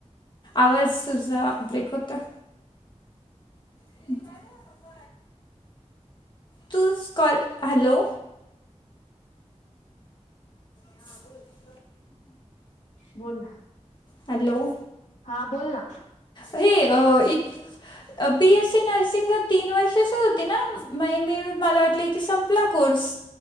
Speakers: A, on the left; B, on the left.
A: आवाज तुझा ब्रेक होतोय. <inaudible> तूच कॉल हॅलो हा बोल.
B: बोला
A: हॅलो
B: हा बोल ना
A: हे हित बी एस सी नर्सिंग ला तीन वर्ष ते स होते ना मै मे मी मला वाटलं इथे संपला कोर्स.